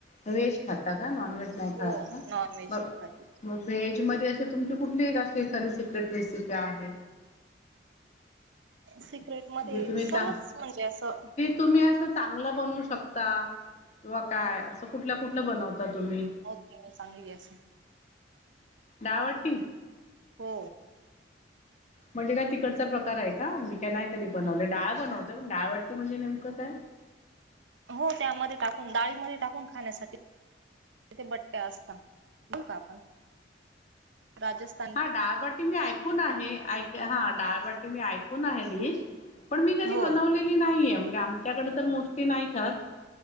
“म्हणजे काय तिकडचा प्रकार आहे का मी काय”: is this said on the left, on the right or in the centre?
Left